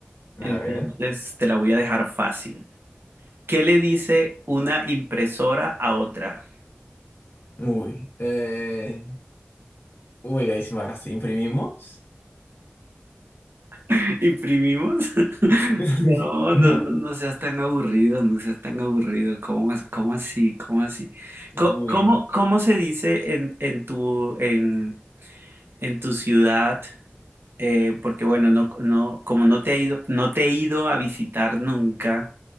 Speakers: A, on the left (about 70°); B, on the right (about 70°).
A: A
B: entonces
A: ver.
B: te la voy a dejar fácil. ¿Qué le dice una impresora a otra?
A: Uy. eh, Uy, ahí sí me agarraste. ¿Imprimimos?
B: <laughs> ¿Imprimimos? <laughs>
A: <laughs>
B: No,
A: ¿No?
B: no, no, no seas tan aburrido, no seas tan aburrido. ¿Cómo, as- cómo así? ¿Cómo así?
A: Uy,
B: Co- ¿Cómo, cómo se dice en, en tu, en, en tu ciudad? Eh, porque bueno, no, no, como no te he ido, no te he ido a visitar nunca.